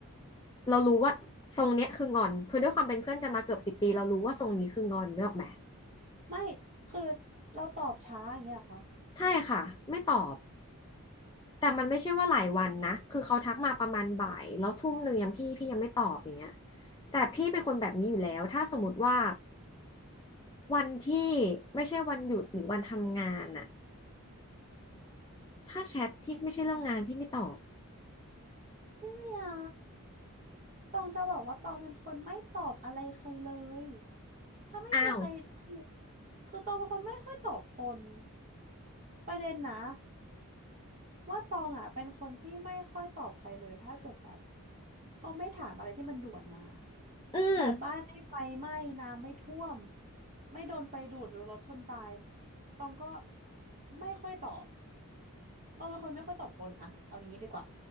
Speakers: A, on the left; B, on the right.
A: เรารู้ว่าทรงเนี้ยคืองอน คือด้วยความเป็นเพื่อนกันมาเกือบสิบปีเรารู้ว่าทรงนี้คืองอนนึกออกไหม
B: ไม่คือเราตอบช้าอย่างเงี้ยเหรอคะ
A: ใช่ค่ะไม่ตอบ แต่มันไม่ใช่ว่าหลายวันนะคือเขาทักมาประมาณบ่ายแล้วทุ่มหนึ่งยังพี่พี่ยังไม่ตอบอย่างเงี้ยแต่พี่เป็นคนแบบนี้อยู่แล้วถ้าสมมติว่าวันที่ไม่ใช่วันหยุดหรือวันทำงานอะถ้าแชทที่ไม่ใช่เรื่องงานพี่ไม่ตอบ
B: ไม่อะตองจะบอกว่าตองเป็นคนไม่ตอบอะไรใครเลยถ้าไม่มีใครคือ
A: อ้าว
B: คือตองเป็นคนไม่ค่อยตอบคนประเด็นนะ ว่าตองอ่ะเป็นคนที่ไม่ค่อยตอบใครเลยถ้าเกิดแบบเขาไม่ถามอะไรที่มันด่วนมา
A: อืม
B: แบบบ้านไม่ไฟไหม้น้ำไม่ท่วมไม่โดนไฟดูดหรือรถชนตายตองก็ไม่ค่อยตอบตองเป็นคนไม่ค่อยตอบคนอะเอาอย่างนี้ดีกว่า